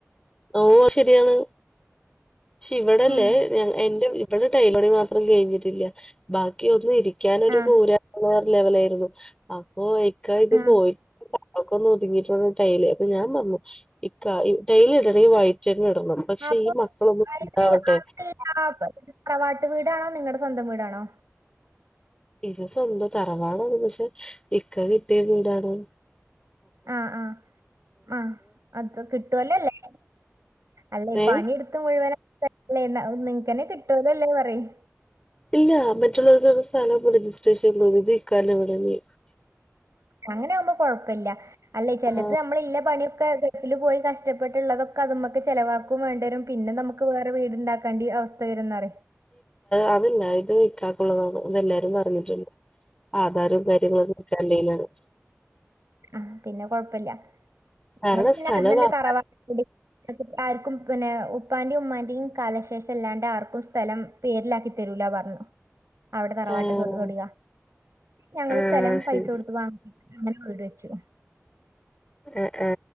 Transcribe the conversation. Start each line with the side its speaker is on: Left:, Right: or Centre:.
Left: ഓ അയ് ശെരിയാണ് ഇവിടല്ലേ
Right: ഉം
Left: എന്റെ ഇവിടെ ടൈൽ പണി മാത്രം കഴിഞ്ഞിട്ടില്ല ബാക്കി ഒന്നും ഇരിക്കാനൊ ഒരു
Right: ആഹ്
Left: കൂര ലെവലായിരുന്നു അപ്പൊ ഇക്ക ഇത്
Right: ആഹ്
Left: പോയി അവക്കൊന്ന് ഒതുങ്ങിയിട്ടു ടൈല് അപ്പൊ ഞാൻ പറന്നു ഇക്ക ടൈൽ ഇടണെങ്കി വൈറ്റെന്നെ ഇടണം പക്ഷെ
Right: അപ്പൊ
Left: ഈ മക്കളൊന്ന് വലുതാവട്ടെ
Right: അയിന് അതല്ല തറവാട്ട് വീടാണോ നിങ്ങളടെ സ്വന്തം വീടാണോ
Left: ഇത് സ്വന്തം തറവാണാണ് പക്ഷെ ഇക്ക കെട്ടിയ വീടണ്
Right: ആഹ ആഹ ആഹ അത് കിട്ടുവല്ലല്ലേ അല്ലേ
Left: ഏ
Right: പണി എടുത്ത് മുഴുവനല്ലേ നിങ്ങക്കനെ കിട്ടുവലോ അല്ലേ പറയും
Left: ഇല്ല മറ്റുള്ളവർക്ക് സ്ഥലം രജിസ്ട്രേഷൻ ഇത്ക്കന്റെ വി
Right: അങ്ങനെ ആകുമ്പോ കൊഴപ്പല്ല അല്ലേ ചെലത്
Left: ആ
Right: നമ്മളില്ല പണിയൊക്കെ ബസ്സിൽ പോയി കഷ്ടപ്പെട്ടുള്ളതൊക്കെ അത് മക്ക് ചെലവാക്കും വേണ്ടിവരും പിന്നെ നമുക്ക് വേറെ വീടു ഉണ്ടാക്കേണ്ടി അവ തെരുന്നറി
Left: അതല്ല ഇത് ഇക്കാക്കുള്ളതാണ് അതെല്ലാരും പറഞ്ഞിട്ടു ആധാരും കാര്യങ്ങളും ഇക്കാന്റെലാണ്
Right: ആ പിന്നെ കൊഴപ്പല്ല
Left: കാരണം
Right: ഇങ്ങൾ പിന്നെ
Left: സ്ഥലം
Right: അ തന്നെ
Left: വാങ്ങാൻ
Right: തറവാ അ ആർക്കും പിന്നെ ഉപ്പാന്റെയും ഉമ്മാന്റെയും കാലശേഷം അല്ലാണ്ട് ആർക്കും സ്ഥലം പേരിലാക്കി തരൂല പറഞ്ഞു അവിടെ തറവാട്ട്
Left: ഏഹ്
Right: സ്വത്ത് തൊടിക ഞങ്ങള്
Left: ആഹ്
Right: സ്ഥലം പൈസ
Left: ശരി
Right: കൊടുത്ത് വാങ്ങ അങ്ങനെ വീട് വെ ച്ചു
Left: എ ഏ